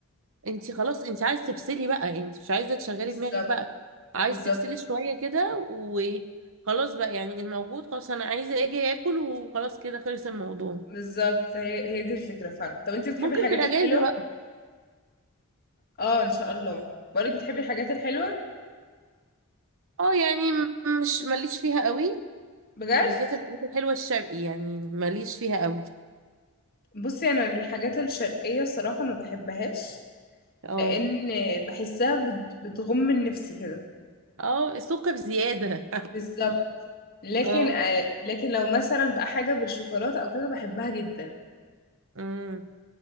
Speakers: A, on the right; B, on the left.
A: انت خلاص انت عايز تفصلي بقى انت مش عايزه تشغلي
B: بالظبط
A: دماغك بقى عايز
B: بالظبط
A: تفصلي شويه كده وخلاص بقى يعني الموجود خلاص انا عايزه اجي اكل وخلاص كده خلص الموضوع
B: بالظبط هي هي دي الفكره فعلا طب انت بتحبي
A: ممكن
B: الحاجات
A: في الاجازه
B: الحلوه
A: بقى
B: اه ان شاء الله بقولك بتحبي الحاجات الحلوه
A: اه يعني م- مش ماليش فيها قوي
B: بجد
A: بالذات الحاجات الحلوه الشرقي يعني ماليش فيها قوي
B: بصي انا الحاجات الشرقيه الصراحه ما بحبهاش
A: اه
B: لان بحسها بت- بتغم من نفسي كده
A: اه السكر بزياده
B: بالظبط لكن
A: <laughs> اه
B: آه، لكن لو مثلا بقى حاجه بالشوكولاته او كده بحبها جدا
A: امم